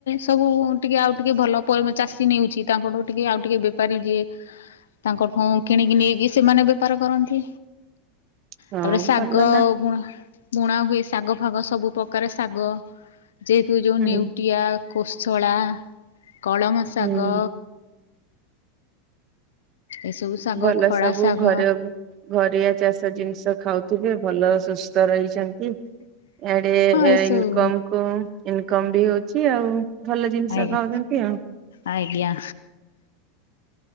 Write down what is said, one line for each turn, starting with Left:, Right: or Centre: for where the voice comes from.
Left: ସବୁ ଟିକେ ଆଉ ଟିକେ ଭଲ ଭଲ ଚାଷୀ ନେଉଛି ତାଙ୍କଠାରୁ ଟିକେ ଆଉ ଟିକେ ବେପାରୀ ଯିଏ ତାଙ୍କଠୁ କିଣିକି ନେଇକି ସେମାନେ ବେପାର କରନ୍ତି।
Right: ହଁ
Left: ତାପରେ ଶାଗ
Right: ଭଲ ନା
Left: ଗୁଣ ବୁଣା ହୁଏ ଶାଗ ଫାଗ ସବୁ ପ୍ରକାର ଶାଗ ଯେହେତୁ ଯେଉଁ
Right: ହୁଁ
Left: ନେଉଟିଆ କୋଶଳା, କଳମ ଶାଗ
Right: ହୁଁ।
Left: ଏସବୁ ଶାଗ
Right: ଭଲ
Left: ଖଡ଼ା
Right: ସବୁ
Left: ଶାଗ
Right: ଘରେ ଘରିଆ ଚାଷ ଜିନିଷ ଖାଉଥିବେ ଭଲ ସୁସ୍ଥ ରହି ଚନ୍ତି ଇଆଡେ
Left: ହଁ ଏସବୁ
Right: ଇନକମ୍ କୁ ଇନକମ୍ ବି ହଉଛି ଆଉ ଭଲ ଜିନିଷ
Left: ଆଜ୍ଞା
Right: ଖାଉଛନ୍ତି। ଆଉ
Left: ଆଜ୍ଞା!